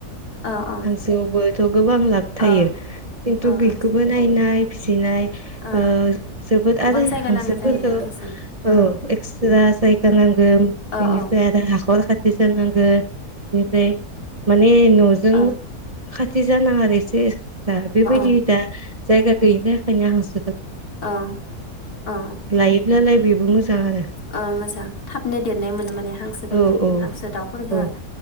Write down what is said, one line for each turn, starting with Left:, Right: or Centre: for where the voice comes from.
Left: औ औ
Right: हांसोआवबोथ' गोबां लाब
Left: औ
Right: थायो खिन्थु
Left: औ
Right: बिखोबो
Left: हांसो
Right: नायनाय फिसिनाय
Left: औ
Right: ओ जोबोद
Left: गोबां
Right: आरो
Left: जायगा
Right: हांसोफोरखौ
Left: नांगौ जायो हांसोनि
Right: ओ
Left: औ
Right: एक्स्रा जायगा
Left: औ
Right: नांगौ बेनिफ्राय
Left: औ औ
Right: आरो हाख'र खाथि <unintelligible> बेनिफ्राय माने न'जों
Left: औ
Right: खा बिदि जानाङा आरो एसे दा बेबायदि
Left: औ
Right: दा जायगा गैयिनि थाखायनो हां
Left: अ अ
Right: लायोब्लालाय बेबो मोजां आरो
Left: अ मोजां थाबनो देरनाय मोनो माने हांसोफोरखो
Right: औ औ
Left: हांसो दाउफोरखो
Right: औ